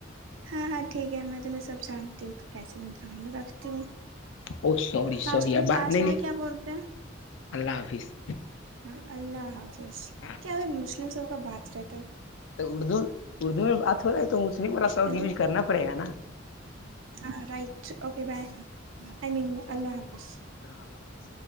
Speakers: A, on the right; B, on the left.
A: ہاں ہاں ٹھیک ہے میں تمہ میں سب جانتی ہوں کیس رکھتی ہوں
B: او سوری
A: لاسٹ
B: سوری اب بات
A: لاسٹ
B: نہیں نہیں
A: میں کیا بولتے ہیں
B: اللہ حافظ
A: ہاں اللہ
B: ہاں
A: کیا ہم مسلم سب بات رہ
B: تو اردو اردو میں بات ہو رہا ہے تو ا با شبد
A: ہیلو
B: یوز کرنا پڑے گا نا
A: ہاں رائٹ اوکے بائے
B: ہاں
A: آئی مین اللہ حافظ
B: اللہ حافظ